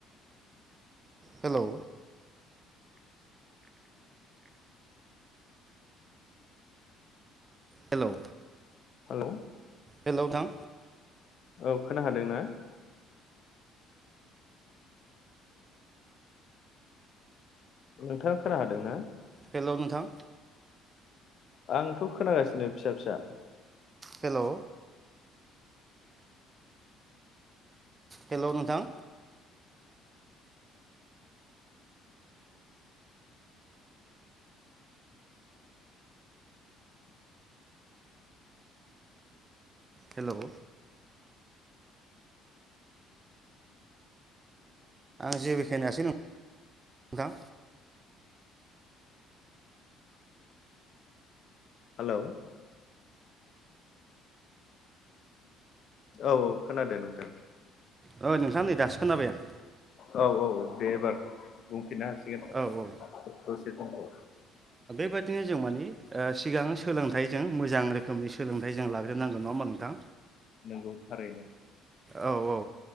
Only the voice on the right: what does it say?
hello hello
hello नोंथां
हेलौ नोंथां
हेलौ हेलौ नोंथां हेलौ आं जेबोखोनायासै नोंथां
ओ नोंथां नै दासो खोनाबाय आं।
औ औ
बेबायदिनो जों माने सिगां सोलोंथाइ जों मोजां रोखोमनि सोलोंथाइ जों लाग्रोनांगोन नङा होमबा नोंथां?
औ औ ओ